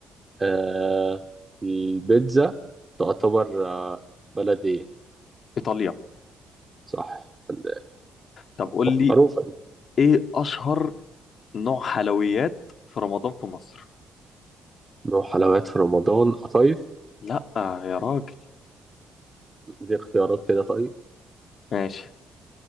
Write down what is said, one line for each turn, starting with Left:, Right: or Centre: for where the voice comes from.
Right: آه البيتزا تعتبر آه بلدي
Left: ايطاليا
Right: صح فندق.
Left: طب قول لي
Right: معروفة دي
Left: ايه اشهر نوع حلويات في رمضان في مصر
Right: نوع حلويات في رمضان قطايف
Left: لا يا راجل
Right: دي اختيارات كده طيب
Left: ماشي